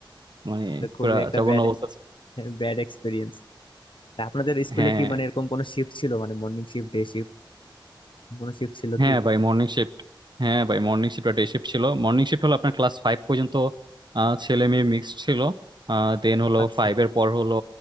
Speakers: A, on the right; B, on the left.
A: মানে
B: তো খুবই
A: পুরা
B: একটা
A: জঘন্য
B: ব্যাড
A: অবস্থা ছিল।
B: ব্যাড এক্সপিরিয়েন্স আপনাদের স্কুলে
A: হ্যাঁ
B: কি মানে এরকম কোনো শিফট ছিল মানে মর্নিং শিফট ডে শিফট কোনো শিফট ছিল
A: হ্যাঁ
B: কি
A: ভাই মর্নিং শিফট হ্যাঁ ভাই মর্নিং শিফট ডে শিফট ছিল মর্নিং শিফট হলো আপনার ক্লাস ফাইভ পর্যন্ত আহ, ছেলে মেয়ে মিক্সড ছিল দেন হলো
B: আচ্ছা
A: ফাইভ এর পর হলো